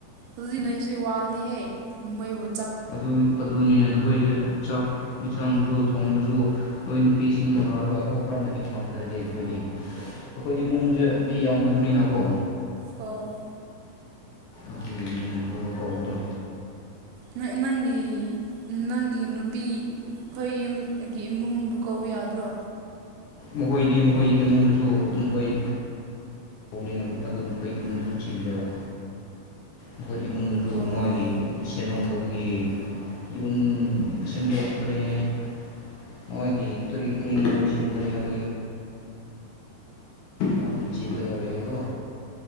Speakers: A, on the right; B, on the left.
A: ꯑꯗꯨꯗꯤ ꯅꯣꯏꯁꯦ ꯋꯥꯒꯅꯤꯍꯦ ꯃꯣꯢꯕꯨ
B: ꯑꯗꯨ ꯑꯗꯨ ꯅꯤꯅꯦꯅꯣ ꯑꯩꯈꯣꯏꯁꯦ ꯆꯥꯛ ꯏꯟꯁꯥꯡꯁꯨ ꯊꯣꯡꯕꯁꯨ ꯅꯣꯏ ꯅꯨꯄꯤꯁꯤꯡꯅ ꯂꯥꯛꯔꯒ ꯀꯣ ꯈꯔ ꯃꯇꯦꯡ ꯄꯥꯡꯗ꯭ꯔꯦ ꯗꯤ ꯑꯩꯈꯣꯏꯗꯤ ꯑꯩꯈꯣꯏ ꯏꯃꯨꯡꯁꯦ ꯃꯤ ꯌꯥꯝꯗꯕꯅꯤꯅꯀꯣ
A: ꯑꯣ
B: ꯑꯗꯨꯒꯤ ꯈꯣꯏꯕꯨ ꯀꯧꯕꯗꯣ
A: ꯅꯣꯏ ꯅꯪꯒꯤ ꯅꯪꯒꯤ ꯅꯨꯄꯤ ꯑꯈꯣꯏ ꯌꯨꯝꯒꯤ ꯏꯃꯨꯡꯕꯨ ꯀꯧꯕ ꯌꯥꯗ꯭ꯔꯣ
B: ꯃꯈꯣꯏꯗꯤ ꯃꯈꯣꯏ ꯏꯃꯨꯡꯗꯁꯨ ꯃꯈꯣꯏ ꯅꯤꯅ ꯑꯗꯨ ꯃꯈꯣꯏ ꯏꯃꯨꯡꯁꯨ ꯆꯤꯜꯂꯦꯕ ꯃꯈꯣꯏ ꯏꯃꯨꯡꯗꯁꯨ
A: ꯑꯣ
B: ꯃꯥꯒꯤ ꯁꯦꯟ ꯑꯣꯞ ꯇꯧꯕꯒꯤ ꯌꯨꯝ ꯎꯝ ꯁꯤꯟꯗꯣꯛꯄꯅꯦꯃꯣꯏꯒꯤ ꯀꯔꯤ ꯀꯔꯤꯅꯣ ꯂꯣꯏꯁꯤꯟꯒꯅꯤ ꯍꯥꯏꯕ ꯌꯥꯝ ꯆꯤꯜꯂꯒ ꯂꯩꯌꯦꯀꯣ